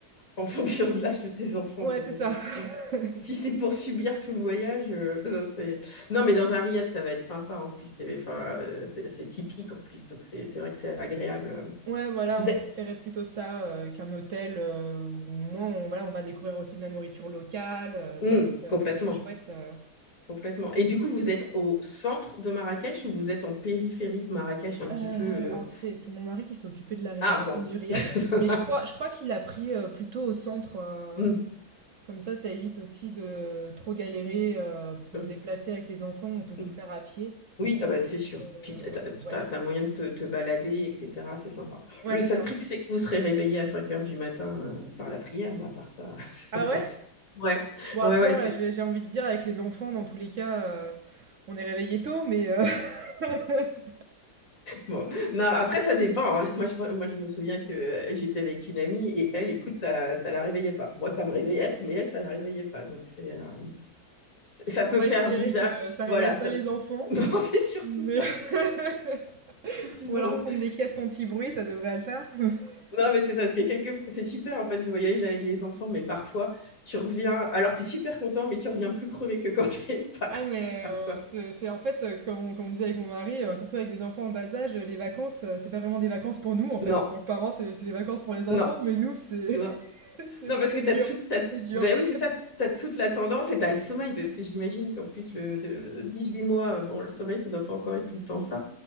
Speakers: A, on the left (about 55°); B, on the right (about 55°).
A: en fonction de l'âge de tes
B: <laughs>
A: enfants,
B: Ouais,
A: quoi,
B: c'est
A: parce
B: ça.
A: que sinon,
B: <laughs>
A: si c'est pour subir tout le voyage, euh, <laughs> non, c'est... Non, mais dans un riad, ça va être sympa en plus, c'est enfin, euh, c'est- c'est typique en plus, donc c'est c'est vrai que c'est agréable.
B: Ouais, voilà,
A: Vous
B: on
A: êtes...
B: préférait plutôt ça, heu, qu'un hôtel, heu, où au moins on voilà, on va découvrir aussi de la nourriture locale, heu,
A: Hum,
B: ça va être, heu,
A: complètement.
B: ça va être chouette, heu.
A: Complètement. Et du coup, vous êtes au centre de Marrakech ou vous êtes en périphérie de Marrakech un petit
B: Heu,
A: peu euh,
B: alors c'est c'est mon mari qui s'est occupé de la réservation
A: Ah bon.
B: du riad,
A: <laughs>
B: mais je crois je crois qu'il a pris, heu, plutôt au centre, heu,
A: Mm,
B: comme ça, ça évite aussi de trop galérer, heu, pour
A: mm,
B: se déplacer avec les enfants, on peut
A: mm.
B: tout faire à pied.
A: Oui, ah bah, c'est sûr.
B: Heu,
A: Puis t'as,
B: ouais.
A: t'as- t'as moyen de te, te balader, etc. C'est sympa.
B: Ouais,
A: Le
B: c'est
A: seul
B: ça.
A: truc, c'est que vous serez réveillé à 5 heures du matin euh, par la prière, mais à part ça.
B: Ah
A: <laughs>
B: ouais?
A: Ouais,
B: Bon après,
A: ouais, ouais,
B: heu,
A: c'est
B: je vais j'ai envie de dire avec les enfants dans tous les cas, heu, on est réveillé tôt mais, heu <laughs>
A: bon. Non, après, ça dépend. hein. Moi, je, moi, je me souviens que euh, j'étais avec une amie et elle, écoute, ça, ça la réveillait pas. Moi, ça me réveillait, mais elle, ça la réveillait pas. Donc, c'est. euh, ça peut
B: On va
A: faire
B: espérer
A: bizarre.
B: que ça réveille
A: Voilà,
B: pas
A: ça...
B: les enfants,
A: <laughs> non, c'est surtout
B: mais
A: ça.
B: <laughs>
A: <laughs> C'est
B: on
A: vrai.
B: va leur prendre des casques anti-bruit, ça devrait le faire. <laughs>
A: Non, mais c'est ça, parce que quelques... c'est super en fait de voyager avec les enfants, mais parfois tu reviens. Alors, tu es super content, mais tu reviens plus crevé que quand <laughs> tu es parti
B: Ah mais
A: parfois.
B: euh, c'est c'est en fait, euh, comme on, comme on disait avec mon mari, euh, surtout avec des enfants en bas âge, euh, les vacances, euh, c'est pas vraiment des vacances pour nous en fait.
A: Non,
B: En tant que parents, c'est c'est des vacances pour les enfants,
A: non,
B: mais nous, c'est
A: non.
B: <laughs> c'est
A: Non, parce
B: c'est
A: que
B: dur,
A: tu as tout. As...
B: c'est dur.
A: Ben oui, c'est ça, T'as toute la tendance et t'as le sommeil, parce que j'imagine qu'en plus, le de 18 mois, bon, le sommeil, ça doit pas encore être tout le temps ça.